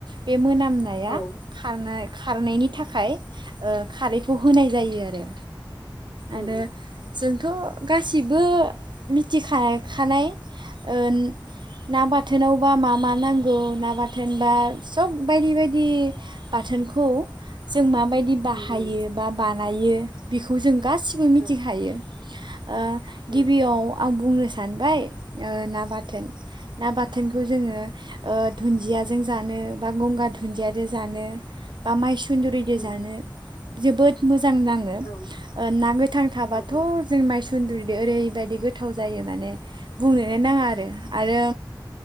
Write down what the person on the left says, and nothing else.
औ
उम
उम
उम उम
औ
उम
उम
उम
औ
औ औ